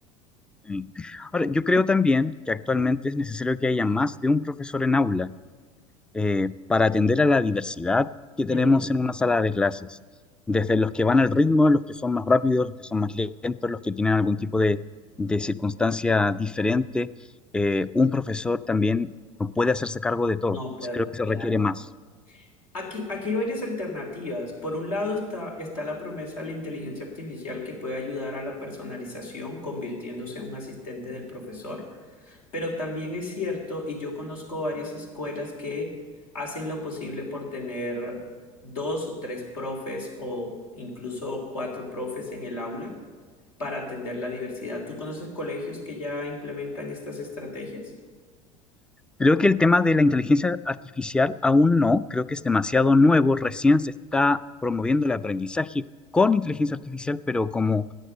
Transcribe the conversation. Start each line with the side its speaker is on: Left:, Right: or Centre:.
Centre: Eh, Ahora, yo creo también que actualmente es necesario que haya más de un profesor en aula eh, para atender a la diversidad que
Left: Ujú.
Centre: tenemos en una sala de clases, desde los que van al ritmo, los que son más rápidos, los que son más lentos, los que tienen algún tipo de, de circunstancia diferente. Eh, un profesor también no puede hacerse cargo de todo,
Left: No, pues
Centre: creo que se
Left: claro.
Centre: requiere más.
Left: Aquí, aquí hay varias alternativas. Por un lado está, está la promesa de la inteligencia artificial que puede ayudar a la personalización, convirtiéndose en un asistente del profesor. Pero también es cierto, y yo conozco varias escuelas que hacen lo posible por tener dos o tres profes o incluso cuatro profes en el aula para atender la diversidad. ¿Tú conoces colegios que ya implementan estas estrategias?
Centre: Creo que el tema de la inteligencia artificial aún no, creo que es demasiado nuevo, recién se está promoviendo el aprendizaje con inteligencia artificial, pero como